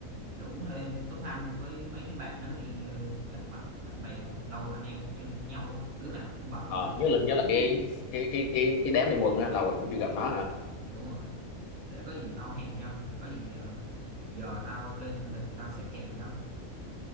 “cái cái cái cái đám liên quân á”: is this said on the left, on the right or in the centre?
Left